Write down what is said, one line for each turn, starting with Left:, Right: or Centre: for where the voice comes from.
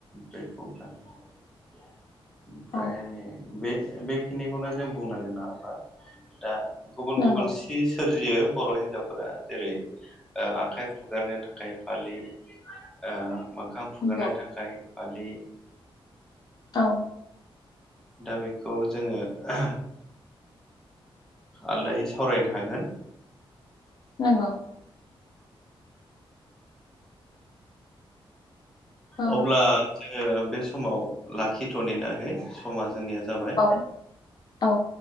Centre: दैखौ <unintelligible> ओमफ्राय
Left: औ
Centre: बे बेखिनिखौनो जों बुंनांगोन नङा होमबा दा गुबुन
Left: नंगौ
Centre: गुबुन सि सोरजियो बर' हिनजावफोरा जेरै ओ आखाइ फुगारनो थाखाय फालि ओ मो मोखां फुगारनो
Left: नंगौ
Centre: थाखाय फालि
Left: औ
Centre: दा बेखौ जोङो आ आलदायै सावरायनो हागोन
Left: नंगौ
Centre: <inaudible>
Left: औ
Centre: अब्ला जोङो बे <unintelligible> समाव लाखिथ'नोना आगै समा जोंनिया जाबाय
Left: औ औ